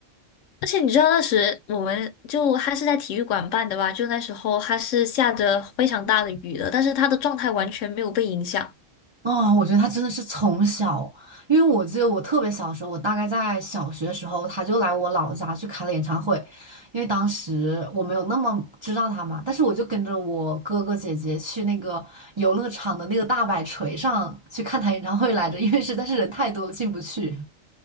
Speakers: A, on the left; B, on the right.
A: 而且你知道那时我们就他是在体育馆办的吧？就那时候他是下着非常大的雨的，但是他的状态完全没有被影响。
B: 哦，我觉得他真的是从小，因为我记得我特别小的时候，我大概在小学的时候，他就来我老家去开了演唱会，因为当时我没有那么知道他嘛，但是我就跟着我哥哥姐姐去那个游乐场的那个大摆锤上去看他演唱会来着，因为实在是人太多了进不去。